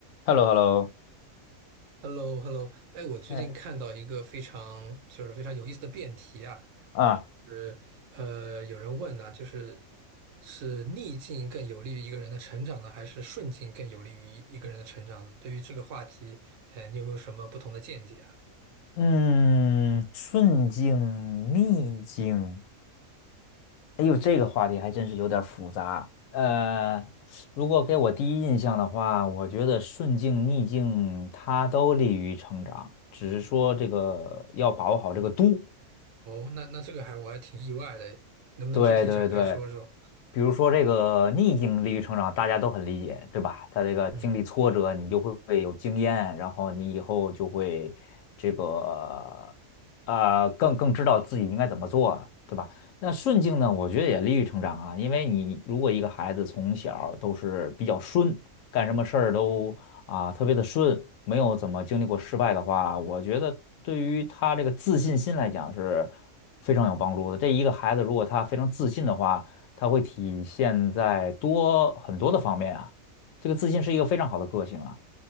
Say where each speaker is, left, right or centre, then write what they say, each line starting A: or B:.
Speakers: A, on the left; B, on the right.
A: h e l l o h e l l o
B: h e l l o h e l l o 哎，我最近看到一个非常就是非常有意思的辩题啊，
A: 哎，啊，
B: 是呃，有人问呢、就是是逆境更有利于一个人的成长呢，还是顺境更有利于一个人的成长呢？对于这个话题，呃，你有没有什么不同的见解啊？
A: 嗯，顺境逆境，哎呦，这个话题还真是有点儿复杂。呃，如果给我第一印象的话，我觉得顺境逆境它都利于成长，只是说这个要把握好这个度。
B: 哦，那那这个还我还挺意外的，能不能具体展开说说？
A: 对对对，比如说这个逆境利于成长，大家都很理解，对吧？他这个经历挫折，
B: 嗯。
A: 你就会会有经验，然后你以后就会这个呃更更知道自己应该怎么做，对吧？那顺境呢，我觉得也利于成长啊，因为你如果一个孩子从小都是比较顺，干什么事儿都啊，特别的顺，没有怎么经历过失败的话，我觉得对于他这个自信心来讲是非常有帮助的。这一个孩子如果他非常自信的话，他会体现在多很多的方面啊。这个自信是一个非常好的个性啊，